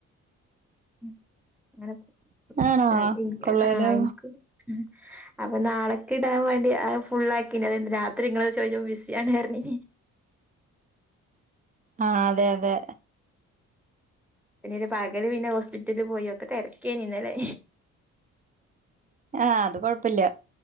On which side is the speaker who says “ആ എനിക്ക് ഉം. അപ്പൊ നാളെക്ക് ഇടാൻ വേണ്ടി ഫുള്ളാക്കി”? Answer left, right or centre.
Centre